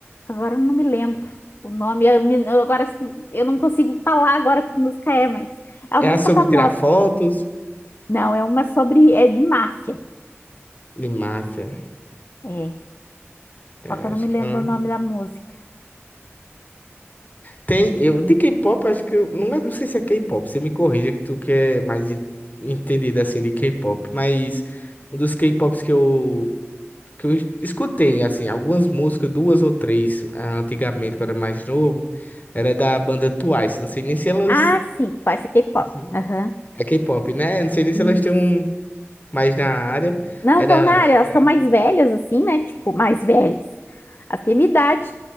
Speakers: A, on the left (about 55°); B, on the left (about 35°).
A: Agora eu não me lembro o nome. Eu, me- eu agora se- eu não consigo falar agora que música é, mas é
B: é
A: uma
B: a
A: música
B: sobre
A: famosa.
B: tirar fotos
A: Não, é uma sobre, é de máfia.
B: de máfia.
A: É,
B: É,
A: só que eu
B: acho
A: não me lembro
B: que é uma...
A: o nome da música.
B: Tem, eu, de K-pop, eu acho que, eu- não, é- não sei se é K-pop, você me corrija que tu que é mais en- entendido, assim, de K-pop, mas um dos K-pops que eu que eu es- escutei, assim, algumas músicas, duas ou três, ah, antigamente, quando era mais novo, era da banda Twice. Não sei nem se elas.
A: Ah, sim, Twice é K-pop.
B: Sim.
A: Aham,
B: É K-pop, né? Não sei nem se
A: Isso.
B: elas estão mais na área.
A: Não
B: Era.
A: estão na área,
B: Acho
A: elas
B: que era.
A: estão mais velhas, assim, né? Tipo, mais velhas. Elas têm minha idade,